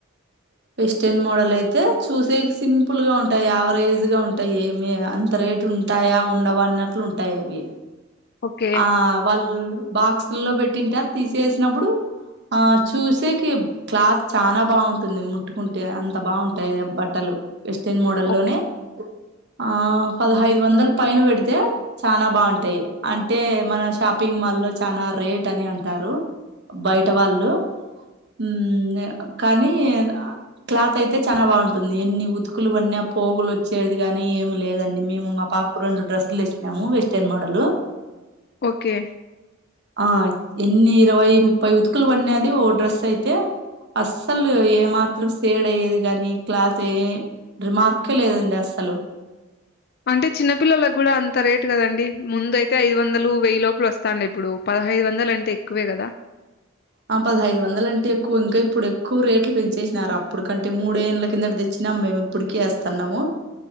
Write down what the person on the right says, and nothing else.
వెస్టర్న్ మోడల్ అయితే చూసే సింపుల్ గా ఉంటాయి యావరేజ్ గా ఉంటాయి ఏమి అంత రేటు ఉం టాయా ఉండవా అన్నట్లు ఉంటాయి అవి.
ఆఁ వాళ్ళు బాక్సుల్లో పెట్టింటారు తీసేసినప్పుడు ఆఁ చూసేకి క్లాత్ చాన బాగుంటుంది ముట్టుకుంటే అంత బాగుంటాయి బట్టలు. వెస్టెర్న్ మోడల్లోనే
ఆఁ పదహైదు వందల పైన పెడితే చాన బాగుంటాయి అంటే మన షాపింగ్ మాల్ లో చాన రేట్ అని అంటారు బయట వాళ్ళు మ్మ్ఁ కానీ క్లాత్ అయితే చాన బాగుంటుంది ఎన్ని ఉతుకులు పడిన పోగులు వచ్చేది గాని, ఏమి లేదండి మేము మా పాప్కు రెండు డ్రెస్సులు తెచ్చినాము వెస్టెర్న్ మోడల్
ఆఁ ఎన్ని ఇరవై ముప్పై ఉతుకులు పడినాది ఓ డ్రెస్ అయితే అస్సలు ఏ మాత్రం సేడ్ అయ్యేది గాని క్లాత్ ఏ రిమార్కే లేదండి అస్సలు
ఆ పదహైదు వందలు అంటే ఎక్కువ ఇంక ఇప్పుడు ఎక్కువ రేట్లు పెంచేసినారు అప్పుడు కంటే మూడేండ్ల కిందట తెచ్చినాం మేము ఇప్పుడికి ఏస్తున్నాము